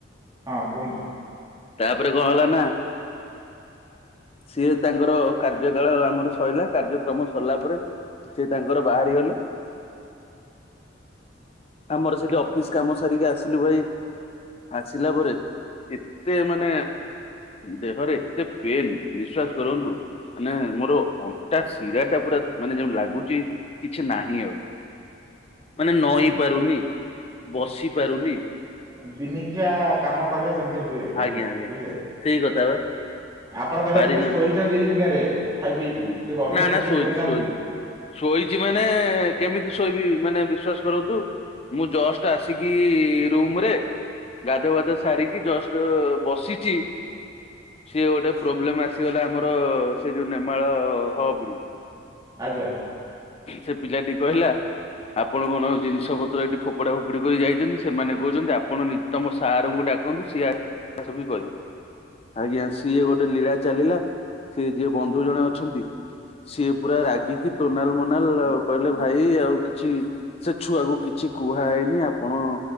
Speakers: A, on the right; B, on the left.
A: ହଁ କୁହନ୍ତୁ।
B: ତାପରେ କଣ ହେଲା ନା। ସିଏ ତାଙ୍କର କାର୍ଯ୍ୟ କାଳ ଆମର ସରିଲା କାର୍ଯ୍ୟକ୍ରମ ସରିଲା ପରେ ସିଏ ତାଙ୍କର ବାହାରି ଗଲେ। ଆମର ସେଠି ଅଫିସ୍ କାମ ସାରିକି ଆସିଲୁ ଭାଇ। ଆସିଲା ପରେ ଏତେ ମାନେ ଦେହରେ ଏତେ। ପେନ୍ ବିଶ୍ଵାସ କରନ୍ତୁ। ମାନେ ମୋର ଅଣ୍ଟା ଶିରା ଟା ପୁରା ମାନେ ଯେମିତି ଲାଗୁଛି କିଛି ନାହିଁ ଆଉ। ମାନେ ନଇଁ ପାରୁନି, ବସି ପାରୁନି।
A: ଆଉ ଦିନିଖିଆ କାମ କଲେ। ସେମତି ହୁଏ ବନ୍ଧୁ
B: ଆଜ୍ଞା ଆଜ୍ଞା
A: ବଝିଲେ
B: ସେଇ କଥା ବା
A: ଆପଣ ତାହଲେ
B: ପାରିଲି
A: ଟିକେ ଶୋଇ ଛନ୍ତି କି ଦିନରେ, ଖାଇ ପିଇକି, ସେ ବନ୍ଧୁ
B: ନା
A: ଆଜି
B: ନା
A: ଦିନରେ
B: ଶୋଇଛି
A: ଶୋଇ ନାହାନ୍ତି।
B: ଶୋଇଛି ଶୋଇଛି ମାନେ ‌କେମିତି ଶୋଇବି ମାନେ ବିଶ୍ଵାସ କରନ୍ତୁ ମୁଁ ଜଷ୍ଟ ଆସି କି ରୁମ ରେ ଗାଧୁଆ ପାଧୁଆ ସାରିକି ଜଷ୍ଟ ବସିଛି। ସିଏ ଗୋଟେ ପ୍ରୋବ୍ଲେମ ଆସିଗଲା ଆମର ସେ ଯୋଉ ନେମାଳ ହବ ରୁ।
A: ଆଜ୍ଞା।
B: ସେ ପିଲାଟି କହିଲା। ଆପଣ କଣ ଜିନିଷ ପତ୍ର ଏଠି ଫୋପଡା ଫୋପଡି କରି ଯାଇଛନ୍ତି ସେମାନେ କହୁଛନ୍ତି ଆପଣ ନିଜେ ତମ ସାରଙ୍କୁ ଡାକନ୍ତୁ ସିଏ ଆସି କରିବି। ଆଜ୍ଞା ସିଏ ଗୋଟେ ଲୀଳା ଚାଲିଲା ସିଏ ଯିଏ ବନ୍ଧୁ ଜଣେ ଅଛନ୍ତି। ସିଏ ପୁରା ରାଗିକି ତୋନାଲ ମୋନାଲ ଆଉ କହିଲେ ଭାଇ ଆଉ କିଛି। ସେ ଛୁଆକୁ କିଛି କୁହା ହେଇନି ଆପଣ।